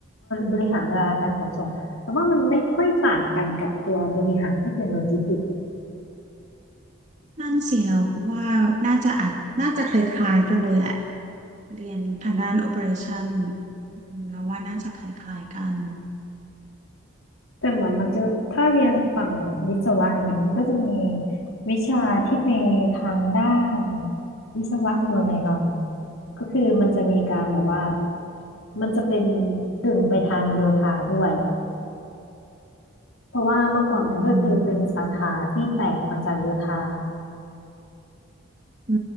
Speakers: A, on the left; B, on the right.
A: บริหารเวลาการขนส่งแต่ว่ามันไม่ค่อยต่างกันกับตัวบริหารที่เป็นโลจิสติกส์
B: นั่นสิเราว่าน่าจะอาจน่าจะคล้ายๆกันเลยแหละเรียนทางด้าน operation อืมเราว่าน่าจะคล้ายๆกัน
A: แต่มันมันจะถ้าเรียนฝั่งวิศวะอย่างเงี้ยมันก็จะมีวิชาที่ไปทางด้านวิศวะอยู่หน่อยๆก็คือมันจะมีการแบบว่า มันจะเป็นกึ่งไปทางโยธาด้วยเพราะว่าเมื่อก่อนมันก็คือเป็นสาขาที่แตกมาจากโยธา
B: อืมอื